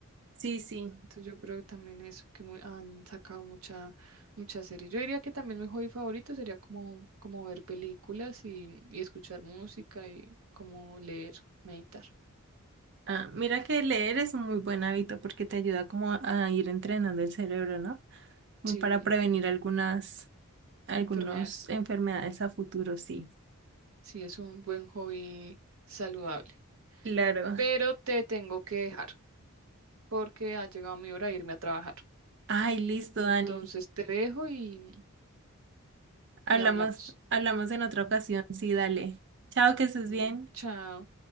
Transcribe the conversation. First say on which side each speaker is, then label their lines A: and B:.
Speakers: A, on the right (about 50°); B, on the right (about 70°).
A: sí, sí.
B: Entonces yo creo que también eso, que mu- han sacado mucha, muchas series. Yo diría que también mi hobby favorito sería como, como ver películas y, y escuchar música y como leer, meditar.
A: Ah, mira que leer es un muy buen hábito porque te ayuda como a ir entrenando el cerebro, ¿no? Como
B: Sí,
A: para prevenir algunas algunas
B: enfermedades.
A: enfermedades a futuro, sí.
B: Sí, es un buen hobby saludable.
A: Claro.
B: pero te tengo que dejar porque ha llegado mi hora de irme a trabajar.
A: Ay, listo,
B: Entonces
A: Dani.
B: te dejo y,
A: Hablamos,
B: y hablamos.
A: hablamos en otra ocasión. Sí, dale. Chao, que estés
B: Mm,
A: bien.
B: Chao.